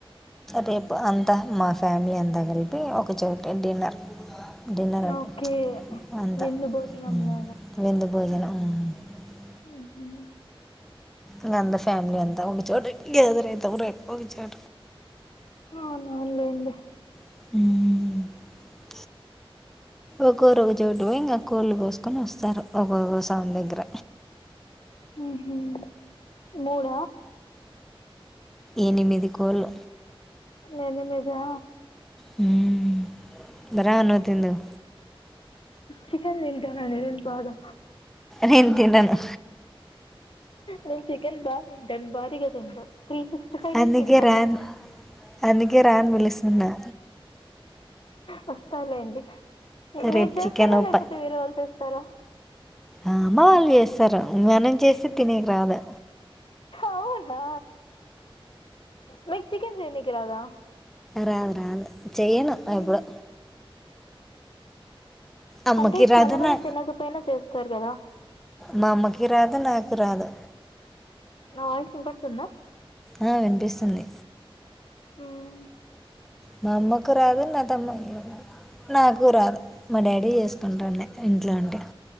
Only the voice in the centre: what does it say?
రేపు అంతా మా ఫ్యామిలీ అంతా కలిపి ఒకచోట డిన్నర్. డిన్నర్ అంట
అంతా
ఉమ్,
<unintelligible>
ఇక అందరు ఫ్యామిలీ అంతా ఒక చోట గ్యాదర్ రేపటి నుంచి లే.
<unintelligible> ఒక్కొరు ఒక చోటు ఇగ కోళ్ళు కోసుకొని వస్తారు. ఒక్కొక్కో స్వామి దగ్గర.
ఎనిమిది కోళ్ళు.
హ్మ్ బారా నువ్వు తిందు వు.
నేను తినను
అందుకే
రాన్
అందుకే రాన్ పిలుస్తున్నా.
రేపు
చికెన్
ప
అమ్మ వాళ్ళు చేస్తారు మనం చేస్తే తిననికి రాదు.
రాదు రాదు చెయను
ఎప్పుడు. అమ్మకి
రాదు
నా
మా అమ్మకి రాదు. నాకు రాదు.
ఆ వినిపిస్తుంది.
మా అమ్మకు రాదు నా తమ్మ. నాకు రాదు మా డాడీ చేసుకుంటాడి ఇంట్లో ఉంటే.